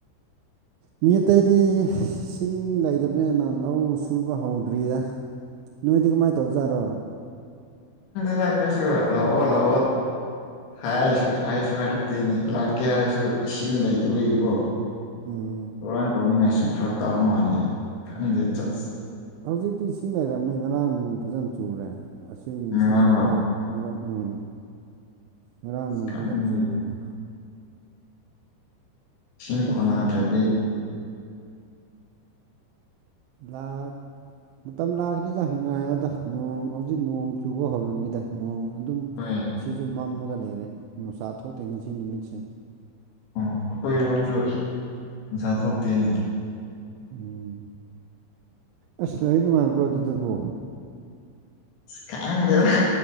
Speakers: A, on the right; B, on the left.
A: ꯃꯤ ꯑꯇꯩꯗꯤ ꯁꯤꯡ ꯂꯩꯇꯕꯅꯤꯅ ꯂꯧ ꯁꯨꯕ ꯍꯧꯗ꯭ꯔꯤꯗ ꯅꯣꯏꯗꯤ ꯀꯃꯥꯏꯅ ꯇꯧꯖꯥꯔꯣ
B: ꯗ ꯀꯣꯏꯁꯨ ꯂ ꯑꯣ ꯂ ꯍꯥꯏꯁꯨ ꯍꯥꯏꯁꯨ ꯍꯥꯏꯔꯛꯇꯦꯅꯦ ꯂꯥꯛꯀꯦ ꯍꯥꯏꯔꯁꯨ ꯏꯁꯤꯡ ꯂꯩꯇꯕꯒꯤꯕꯣ
A: ꯎꯝ
B: ꯀꯔꯅ ꯇꯧꯅꯤꯡꯉꯥꯏꯁꯨ ꯐꯔꯛ ꯇꯥꯑ ꯃꯥꯜꯂꯦ ꯈꯪꯗꯦ ꯆꯠꯁꯤ
A: ꯍꯧꯖꯤꯛꯇꯤ ꯏꯁꯤꯡ ꯂꯩꯔꯕꯅꯤ ꯉꯔꯥꯡ ꯅꯣꯡ ꯐꯖꯅ ꯆꯨꯔꯦ ꯑꯁꯤ ꯃꯁꯤꯁꯨ
B: ꯉꯔꯥꯡꯔꯣ
A: ꯈꯔ ꯃꯔꯛ ꯎꯝ ꯉꯔꯥꯡ
B: ꯑꯁ
A: ꯅꯣꯡ
B: ꯈꯪꯗꯦ
A: ꯐꯖꯅ ꯆꯨꯅꯦ
B: ꯁꯤꯤꯡ
A: ꯑꯁ
B: ꯀꯣꯅꯥꯗ꯭ꯔꯗꯤ
A: ꯂꯥꯈ ꯃꯇꯝ ꯂꯥꯛꯀꯅꯤꯗꯪꯥꯏꯗ ꯅꯣꯡ ꯍꯧꯖꯤꯛ ꯅꯣꯡ ꯆꯨꯕ ꯍꯧꯔꯅꯤꯗ ꯅꯣꯡ ꯑꯗꯨꯝ
B: ꯍꯣꯏ
A: ꯁꯤꯁꯨ ꯃꯝꯃꯒ ꯂꯩꯔꯦ ꯅꯨꯡꯁꯥ ꯊꯣꯛꯇꯦ ꯉꯁꯤ ꯅꯨꯃꯤꯠꯁꯦ
B: ꯑꯣ ꯑꯩꯈꯣꯏꯔꯣꯝꯁꯨ ꯏꯟꯁꯥ ꯊꯣꯛꯇꯦꯅꯤ
A: ꯎꯝ ꯑꯁ ꯂ ꯅꯨꯡꯉꯥꯏꯕ꯭ꯔꯣ ꯑꯗꯨꯕꯨ
B: ꯈꯪꯗꯦꯗ